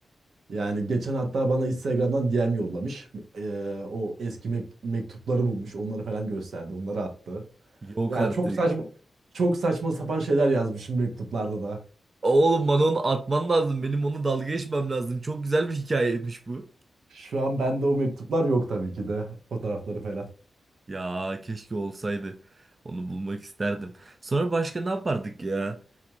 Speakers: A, on the right (about 80°); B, on the right (about 40°).
A: Yani geçen hatta bana Instagram'dan DM yollamış. Ee, o eski mek- mektupları bulmuş. Onları falan gösterdi. Onları attı.
B: yok
A: Yani
B: artık.
A: çok saçma çok saçma sapan şeyler yazmışım mektuplarda da.
B: Oğlum bana onu atman lazım. Benim onu dalga geçmem lazım. Çok güzel bir hikayeymiş bu.
A: Şu an bende o mektuplar yok tabii ki de. Fotoğrafları falan.
B: Ya keşke olsaydı. Onu bulmak isterdim. Sonra başka ne yapardık ya?